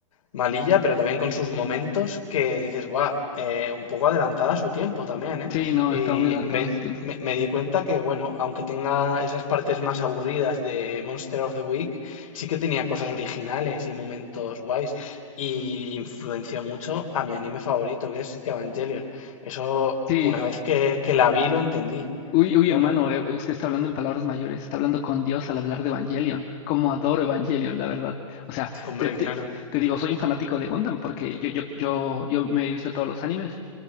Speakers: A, on the left; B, on the left.
A: Malilla, pero también con sus momentos que dices, guau, eh, un poco adelantada a su tiempo también, ¿eh?
B: Sí, no,
A: Y
B: estaba muy adelantado
A: me,
B: a su tiempo.
A: me- me di cuenta que, bueno, aunque tenga esas partes más aburridas de Monster of the Week, sí que tenía cosas originales y momentos guays. Y influenció mucho a mi anime favorito, que es Evangelion. Eso,
B: Sí,
A: una vez que, que la vi, lo entendí.
B: Uy, uy,
A: Claro.
B: hermano, eh, usted está hablando en palabras mayores, está hablando con Dios al hablar de Evangelion. Cómo adoro Evangelion, la verdad. O sea,
A: Hombre,
B: te, te-
A: claro.
B: te digo, soy un fanático de Gundam porque yo, yo, yo, yo me he visto todos los animes.